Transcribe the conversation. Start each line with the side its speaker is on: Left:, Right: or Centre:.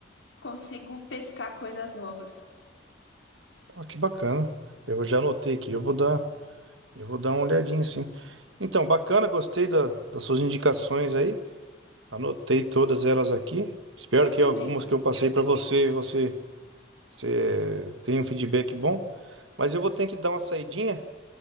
Left: consigo pescar coisas novas.
Right: ó, que bacana. Eu já anotei aqui. Eu vou dar, eu vou dar uma olhadinha, sim. Então, bacana. Gostei da, das suas indicações aí. Anotei todas elas aqui. Espero
Left: Eu
Right: que
Left: também.
Right: algumas que eu passei para você, você, você tenha um feedback bom. Mas eu vou ter que dar uma saidinha